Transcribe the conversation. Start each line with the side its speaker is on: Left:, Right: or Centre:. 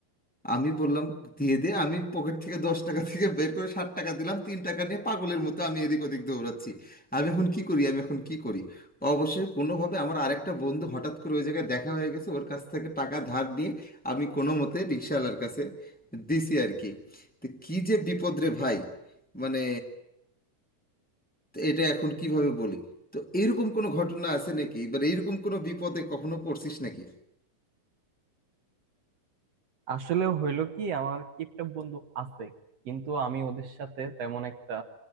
Centre: আমি বললাম দিয়ে দে আমি পকেট থেকে দশ টাকা থেকে বের করে ষাট টাকা দিলাম তিন টাকা নিয়ে পাগলের মতো আমি এদিক ওদিক দৌড়াচ্ছি আমি এখন কি করি আমি এখন কি করি অবশ্যই কোনোভাবে আমার আরেকটা বন্ধু হঠাৎ করে ওই জায়গায় দেখা হয়ে গেছে ওর কাছ থেকে টাকা ধার নিয়ে আমি কোনো মতে রিক্সাওয়ালার কাছে দিছি আর কি তো কী যে বিপদ রে ভাই মানে তো এটা এখন কিভাবে বলি তো এইরকম কোনো ঘটনা আছে নাকি এবার এইরকম কোনো বিপদে কখনো পড়ছিস নাকি
Right: আসলে হইলো কি আমার কিপটা বন্ধু আছে কিন্তু আমি ওদের সাথে তেমন একটা